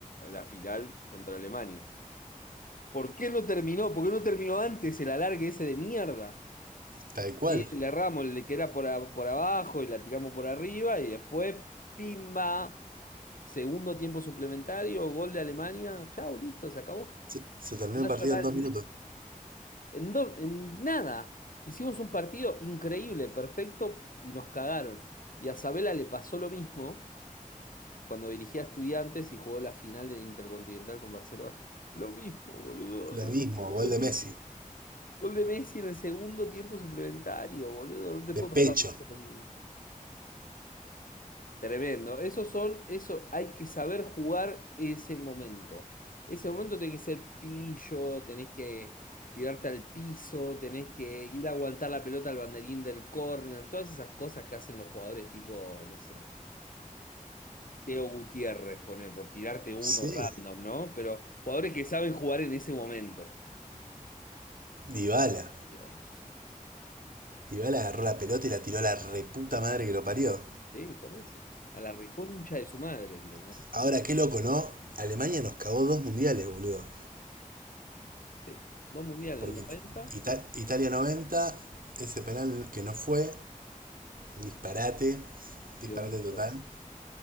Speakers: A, on the left; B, on the right.
A: la final contra Alemania? ¿Por qué no terminó? ¿Por qué no terminó antes el alargue ese de mierda?
B: Tal cual.
A: Eh, Le erramos el de que era por, a- por abajo y la tiramos por arriba y después, pimba, segundo tiempo suplementario, gol de Alemania. Chau, listo, se acabó.
B: Se, se terminó
A: Nacional,
B: el partido en dos minutos.
A: En, do- en nada. Hicimos un partido increíble, perfecto, y nos cagaron. Y a Sabela le pasó lo mismo cuando dirigía a Estudiantes y jugó la final del Intercontinental con Barcelona. <laughs> Lo mismo, boludo.
B: Lo
A: En
B: mismo,
A: el segundo
B: gol de
A: tiempo.
B: Messi.
A: Gol de Messi en el segundo tiempo suplementario, boludo. No te puede
B: De pecho.
A: pasar más que lo mismo. Tremendo. Esos son, eso hay que saber jugar ese momento. Ese momento tenés que ser pillo, tenés que tirarte al piso, tenés que ir a aguantar la pelota al banderín del córner, todas esas cosas que hacen los jugadores tipo, no sé, Teo Gutiérrez, pone, por tirarte uno
B: Sí.
A: random, ¿no? Pero jugadores que saben jugar en ese momento.
B: Dybala.
A: Dios.
B: Dybala agarró la pelota y la tiró a la reputa madre que lo parió.
A: Sí, por eso. A la reconcha de su madre, ¿entendés?
B: Ahora, qué loco, ¿no? Alemania nos cagó dos mundiales, boludo.
A: Sí. Dos mundiales,
B: Porque
A: el noventa
B: Ita- Italia 90, ese penal que no fue, un disparate, disparate
A: y dos mil catorce.
B: total.